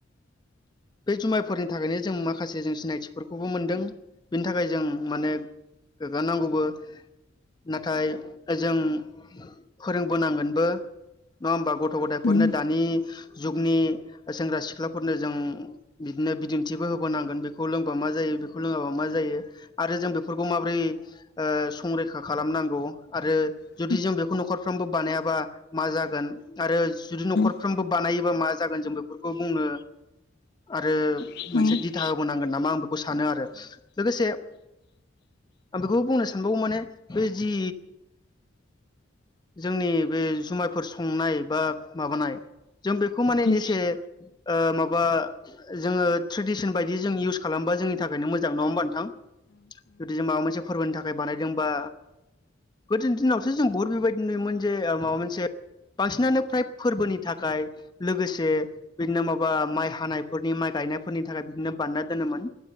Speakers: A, on the left; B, on the left.
A: बे जुमायफोरनि थाखायनो जों माखासे जों सिनायथिफोरखौबो मोनदों बिनि थाखाय जों माने गोगगानांगौबो नाथाय जों फोरोंबोनांगोनबो नङा होमबा गथ' गथ' गथायफोरनो
B: उम उम
A: दानि जुगनि सेंग्रा सिख्लाफोरनो जों बिदिनो बिदिन्थिबो होबोनांगोन बेखौ लोंबा मा जायो बेखौ लोङाबा मा जायो आरो जों बेफोरखौ माबोरै संरैखा खालामनांगौ आरो
B: उम
A: जुदि जों बेखौ न'खर खरफ्रोमबो बानायाबा मा जागोन आरो जुदि न'खरफ्रोमबो
B: उम
A: बानायोबा मा जागोन जों बेफोरखौ बुंनो आरो
B: उम
A: मोनसे दिथा होबोनांगोन नामा आं बेखौ सानो आरो लोगोसे आं बेखौ बुंनो सानबावो माने बे जि जोंनि बे जुमायफोर संनाय बा माबानाय जों बेखौ माने एसे
B: उम
A: माबा जोङो ट्रेडिसन बायदि जों इउस खालामो बा जोंनि थाखायनो मोजां नङा होमबा नोंथां जुदि जों माबा मोनसे फोरबोनि थाखाय बानायदोंबा गोदोनि दिनावथ' जों बुहुत बेबायदि नुयोमोन जे माबा मोनसे बांसिनानो फ्राय फोरबोनि थाखाय लोगोसे बिदिनो माबा माइ हानायफोरनि माइ गायनायफोरनि थाखाय बिदिनो बाना दोनोमोन